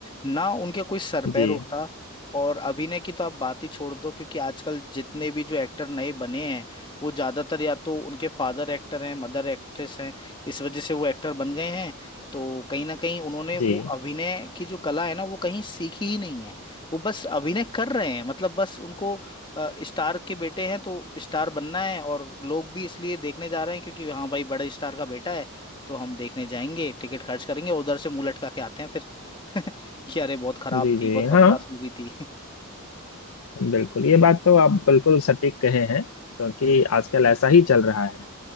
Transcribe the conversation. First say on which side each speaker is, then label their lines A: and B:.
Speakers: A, on the left; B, on the left.
A: ना उनके कोई सरपैर
B: जी
A: होता और अभिनय की तो आप बात ही छोड़ दो क्योंकि आजकल जितने भी जो एक्टर नए बने हैं वो ज्यादातर या तो उनके फादर एक्टर हैं मदर एक्ट्रेस हैं इस वजह से वो एक्टर बन गए हैं तो कहीं ना कहीं उन्होंने
B: जी
A: वो अभिनय की जो कला है ना वो कहीं सीखी ही नहीं है वो बस अभिनय कर रहे हैं मतलब बस उनको अ, स्टार के बेटे हैं तो स्टार बनना है और लोग भी इसलिए देखने जा रहे हैं क्योंकि हाँ भाई बड़े स्टार का बेटा है तो हम देखने जाएंगे टिकट खर्च करेंगे उधर से मुंह लटका के आते हैं फिर <laughs> कि अरे बहुत खराब
B: जी जी
A: थी बहुत बकवास
B: हाँ
A: मूवी थी <laughs>
B: बिल्कुल ये बात तो आप बिल्कुल सटीक कहे हैं क्योंकि आजकल ऐसा ही चल रहा है